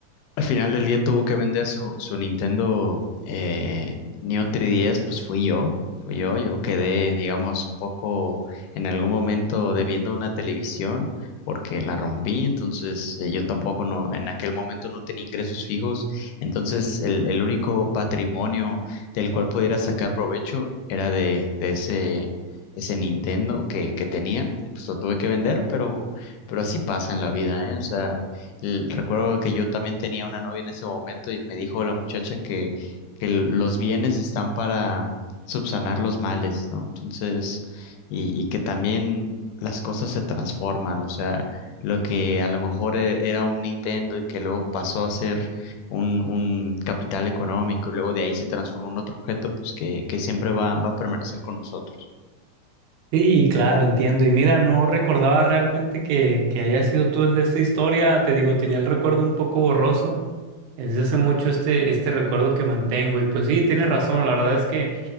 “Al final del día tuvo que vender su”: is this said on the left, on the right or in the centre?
Left